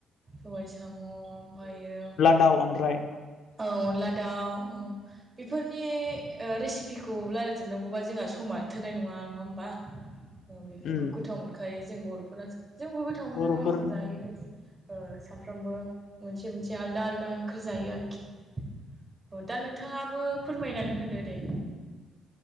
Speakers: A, on the right; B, on the left.
A: सबाय साम' ओमफ्रायो
B: दाव ओमफ्राय
A: औ अनला दाउ औ बेफोरनि रेसिपिखौ रायल्लायजोबनांगौबा जोंहा समानो थोनाय नङा नङा होमबा बेफोरखौ
B: उम
A: गोथाव मोनखायो जों बर'फोरा जोंबो गोथाव मोनो
B: बर'फोर
A: आंबो
B: उम
A: जायो सानफ्रामबो मोनसे मोनसे आलदा आलदा ओंख्रि जायो आरोखि औ दा नोंथाङाबो फोरमायनानै होदो दे